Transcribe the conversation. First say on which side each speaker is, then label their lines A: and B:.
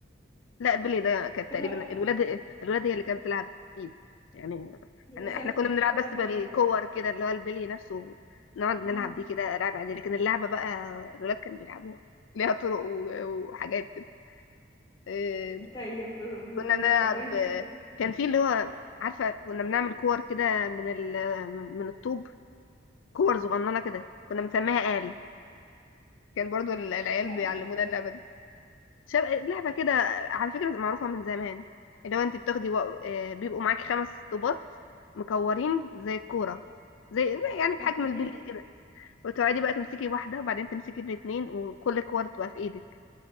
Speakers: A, on the left (about 85°); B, on the left (about 20°).
A: لا بيلي ده كانت
B: كنت
A: تقريبا الولاد الولاد هي اللي كانت بتلعب فيه يعني
B: لا
A: احنا
B: بس
A: إحنا
B: انا كنت
A: كنا
B: كنت
A: بنلعب
B: بلعب
A: بس بالكور
B: بالي عادي
A: كده اللي هو البلي نفسه نقعد
B: مم.
A: نلعب بيه كده لعب عادي لكن اللعبة بقى الولاد كانوا بيلعبوها ليها طرق و- وحاجات كده إيه،
B: طيب آه،
A: كنا بنلعب
B: طب انت كنت
A: كان في اللي هو عارفة كنا بنعمل كور كده من ال من من الطوب كور صغننة كده كنا بنسميها آل كان برضو العيال
B: لا
A: بيعلمونا
B: مش عارفه
A: اللعبة دي شب... لعبة كده على فكرة معروفة من زمان اللي هو انت بتاخدي و... آه، بيبقوا معاكي خمس طوبات مكورين زي الكورة زي يعني بحجم
B: اوكي
A: البلي كده وتقعدي بقى تمسكي واحدة وبعدين تمسكي الاتنين وكل كور تبقى في ايدك